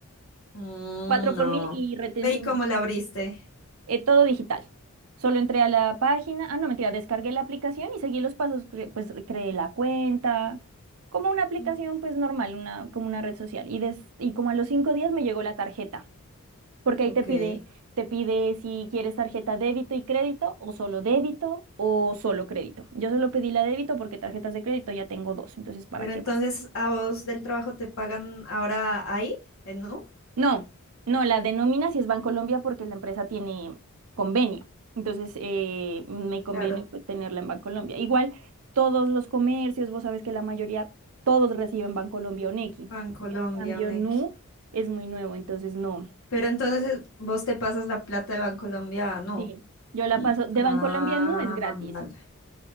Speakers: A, on the left; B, on the right.
A: Mm,
B: cuatro por
A: no.
B: mil y retención,
A: Ve y cómo la abriste.
B: eh, todo digital. Solo entré a la página, ah, no, mentira, descargué la aplicación y seguí los pasos, cre- pues creé la cuenta, como una aplicación
A: Mm,
B: pues normal, una, como una red social. Y, des, y como a los cinco días me llegó la tarjeta, porque ahí
A: Ok.
B: te pide, te pide si quieres tarjeta débito y crédito o solo débito o solo crédito. Yo solo pedí la débito porque tarjetas de crédito ya tengo dos, entonces ¿para
A: Pero
B: qué
A: entonces
B: más?
A: a vos del trabajo te pagan ahora ahí, en Nu.
B: No, no, la denomina si es Bancolombia porque la empresa tiene convenio. Entonces, eh, me conviene
A: Claro,
B: pues tenerla en Bancolombia. Igual, todos los comercios, vos sabes que la mayoría, todos reciben Bancolombia o Nequi.
A: Bancolombia,
B: En cambio,
A: Nequi.
B: Nu es muy nuevo, entonces no.
A: Pero entonces vos te pasas la plata de Bancolombia a Nu.
B: Sí, yo la paso. De
A: Ah,
B: Bancolombia a Nu es gratis,
A: vale.